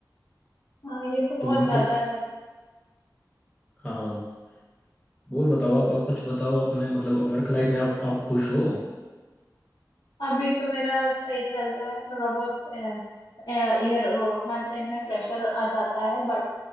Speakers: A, on the left (about 80°); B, on the left (about 20°).
A: हाँ, ये तो बहुत
B: तो मतलब
A: ज्यादा है
B: हाँ और बताओ आप आप कुछ बताओ अपने मतलब वर्क लाइफ में आप आप खुश हो
A: अभी तो मेरा सही चल रहा है थोड़ा बहुत ईयर वो मंथ एंड में प्रेशर आ जाता है बट